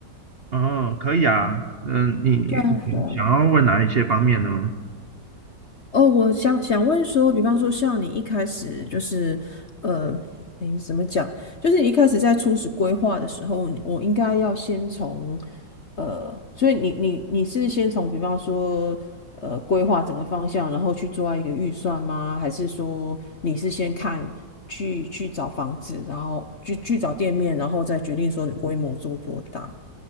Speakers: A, on the right (about 45°); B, on the left (about 50°).
A: 哦，可以啊。嗯，你你想要问哪一些方面呢？
B: 对啊，哦，我想想问说，比方说像你一开始就是，呃，你怎么讲？就是你一开始在初始规划的时候，你我应该要先从，呃，所以你你你是先从比方说，呃，规划整个方向，然后去做一个预算吗？还是说你是先看去去找房子，然后去去找店面，然后再决定说你规模做多大？